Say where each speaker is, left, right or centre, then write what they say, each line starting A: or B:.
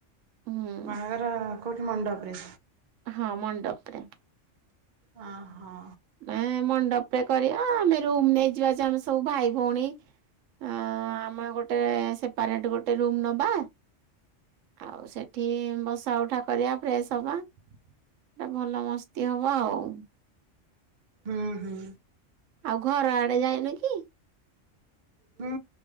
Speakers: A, on the right (about 80°); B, on the right (about 45°).
A: ହୁଁ।
B: ବାହାଘର କୋଉଠି ମଣ୍ଡପରେ?
A: ହଁ ମଣ୍ଡପରେ।
B: ହଁ ହଁ।
A: ଏ ଏଁ ମଣ୍ଡପ ରେ କରିବା ଆମେ ରୁମ ନେଇଯିବା ଯେ ଆମେ ସବୁ ଭାଇ ଭଉଣୀ ଆମେ ଗୋଟେ ସେପାରେଟ ଗୋଟେ ରୁମ ନବା ଆଉ ସେଠି ବସ ବସା ଉଠା କରିବା ଫ୍ରେଶ ହବା ଟା ଭଲ ମସ୍ତି ହବ ଆଉ।।
B: ହୁଁ ହୁଁ।
A: ଆଉ ଘର ଆଡେ ଯାଇନ କି?
B: ହୁଁ